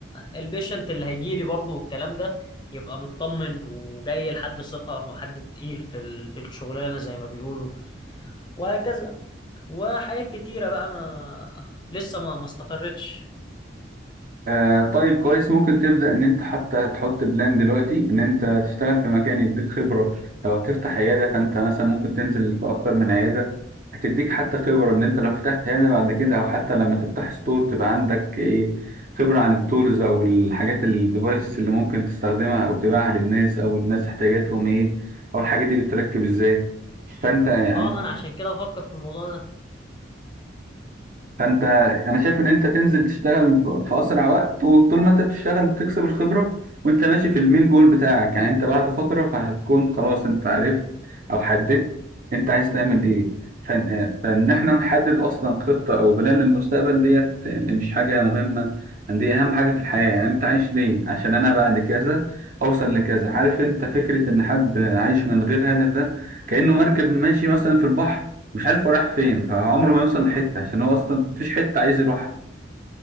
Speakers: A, on the left; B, on the right.
A: البيشنت اللي هيجي لي برضه والكلام ده يبقى مطمن وجاي لحد ثقه وحد تقيل في ال- في الشغلانه زي ما بيقولوا وهكذا وحاجات كتيره بقى ما لسه ما ما استقرتش
B: آه طيب كويس ممكن تبدأ إن أنت حتى تحط بلان دلوقتي إن أنت تشتغل في مكان يديك خبرة لو هتفتح عيادة فأنت مثلا ممكن تنزل في أكتر من عيادة هتديك حتى خبرة إن أنت لو فتحت عيادة بعد كده أو حتى لما تفتح ستور تبقى عندك إيه خبرة عن التولز أو الحاجات الديفايسز اللي ممكن تستخدمها أو تبيعها للناس أو الناس احتياجاتهم إيه أو الحاجات دي بتتركب إزاي. فانت يعني
A: اه ما انا عشان كده بفكر في الموضوع ده
B: فانت انا شايف ان انت تنزل تشتغل في في اسرع وقت وطول ما انت بتشتغل بتكسب الخبره وانت ماشي في المين جول بتاعك يعني انت بعد فتره فهتكون خلاص انت عرفت او حددت انت عايز تعمل ايه فان فان احنا نحدد اصلا خطه او بلان للمستقبل ديت يعني مش حاجه مهمه يعني دي اهم حاجه في الحياه يعني انت عايش ليه عشان انا بعد كذا اوصل لكذا عارف انت فكره ان حد عايش من غير هدف ده كانه مركب ماشي مثلا في البحر مش عارف هو رايح فين فعمره ما يوصل لحتة عشان هو أصلا مفيش حتة عايز يروحها